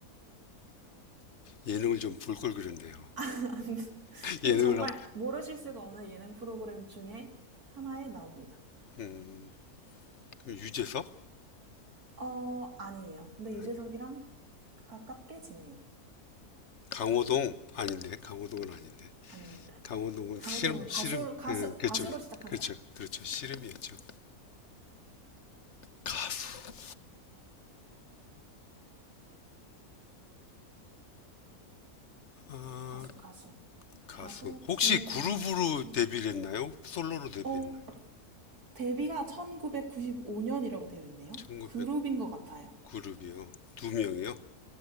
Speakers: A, on the left; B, on the right.
A: 예능을 좀 볼 걸 그랬네요.
B: <laughs> 근데
A: 예능을
B: 정말
A: 하,
B: 모르실 수가 없는 예능 프로그램 중에 하나에 나옵니다.
A: 음, 그럼 유재석?
B: 어, 아니에요. 근데 유재석이랑
A: 아니,
B: 그 가깝게 지내요.
A: 강호동? 아닌데, 강호동은 아닌데.
B: 아닙니다.
A: 강호동은
B: 강호동은
A: 씨름, 씨름,
B: 가수로, 가수,
A: 예, 그렇죠.
B: 가수로 시작한
A: 그렇죠.
B: 사람.
A: 그렇죠. 씨름이었죠. 가수. 아,
B: 가수, 가수.
A: 가수.
B: 가수
A: 혹시
B: 중장년층?
A: 그룹으로 데뷔를 했나요? 솔로로 데뷔했나요?
B: 어, 데뷔가 1995년이라고 되어 있네요.
A: 1900
B: 그룹인 것 같아요.
A: 그룹이요. 두 명이요?